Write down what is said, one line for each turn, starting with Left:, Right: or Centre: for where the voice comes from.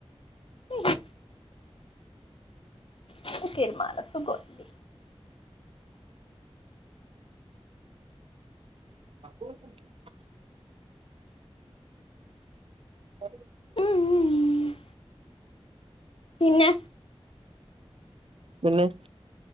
Left: ഉ അതൊക്കെ ഒരു മനസുഖം ആ
Right: അപ്പസ <unintelligible> അ <unintelligible>
Left: ഉം ഉം പിന്നെ
Right: പിന്നെ